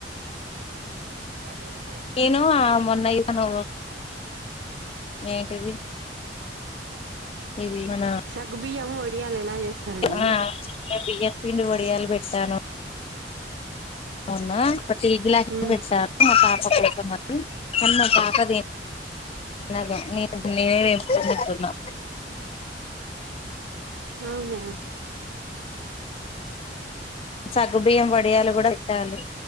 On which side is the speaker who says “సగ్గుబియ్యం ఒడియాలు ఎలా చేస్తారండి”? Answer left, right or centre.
Right